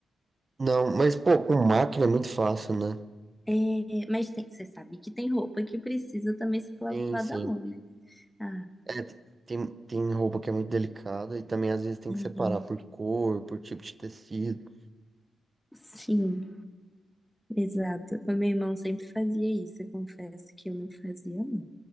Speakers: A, on the right; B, in the centre.
A: não, mas pô, com máquina é muito fácil, né?
B: É, mas tem- você sabe que tem roupa que precisa também ser lavada
A: Sim, sim.
B: à mão, né? Ah,
A: É, t- tem, tem roupa que é muito delicada e também às vezes tem
B: hum,
A: que separar por cor, por tipo de tecido.
B: sim, exato. O meu irmão sempre fazia isso, eu confesso que eu não fazia, não.